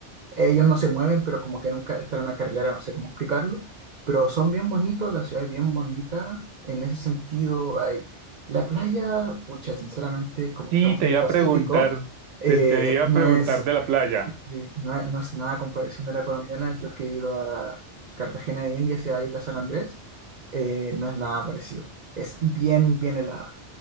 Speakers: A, on the right (about 60°); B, on the right (about 80°).
A: ellos no se mueven, pero como que nunca están en una carrilera, no sé cómo explicarlo, pero son bien bonitos, la ciudad es bien bonita, en ese sentido hay la playa, pucha, sinceramente, como
B: Sí,
A: estamos
B: te
A: en
B: iba
A: el Pacífico,
B: a preguntar,
A: eh,
B: se te iba
A: no
B: a preguntar
A: es
B: de la playa.
A: Sí, no, no es nada a comparación de la colombiana. Yo que he ido a Cartagena de Indias y a Isla San Andrés, eh, no es nada parecido. Es bien, bien helada.